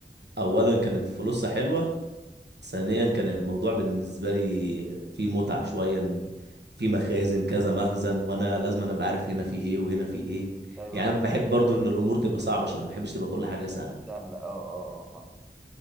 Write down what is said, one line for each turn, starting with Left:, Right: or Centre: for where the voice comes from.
Right: اولا كانت فلوسها حلوه ثانيا كان الموضوع بالنسبه لي فيه متعه شويه ان في مخازن كذا مخزن وانا لازم أنا ابقى عارف هنا في ايه وهنا في ايه
Centre: ايوه
Right: يعني
Centre: صح
Right: أنا بحب برضو ان الامور تبقى صعبه شويه ما بحبش تبقى كل حاجه سهله
Centre: سهله اه اه اه صح